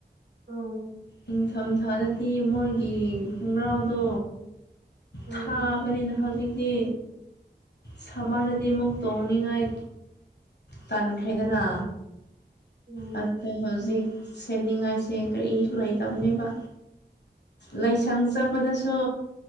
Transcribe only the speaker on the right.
ꯎꯝ
ꯎꯝ
ꯎꯝ